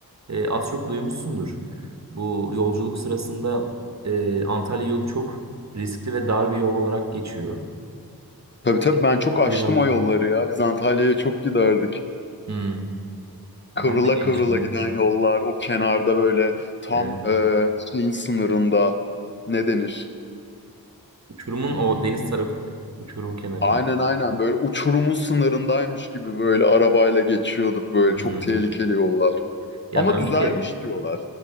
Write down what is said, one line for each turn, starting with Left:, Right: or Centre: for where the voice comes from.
Right: e, az çok duymuşsundur. Bu yolculuk sırasında e, Antalya yolu çok riskli ve dar bir yol olarak geçiyor.
Left: Tabii
Right: E,
Left: tabii ben çok
Right: Çok
Left: açtım
Right: virajlı.
Left: o yolları ya. Biz Antalya'ya çok giderdik.
Right: Hmm.
Left: Kıvrıla
Right: Ben de gençliğimde.
Left: kıvrıla giden yollar. O kenarda böyle tam
Right: Evet.
Left: e, şeyin sınırında ne denir?
Right: Uçurumun o deniz tarafı, uçurum kenarı.
Left: Aynen aynen böyle uçurumun sınırındaymış gibi böyle arabayla geçiyorduk böyle
Right: Hmm.
Left: çok tehlikeli yollar.
Right: Ya
Left: Ama
Right: ben
Left: düzelmiş
Right: bir kere...
Left: diyorlar.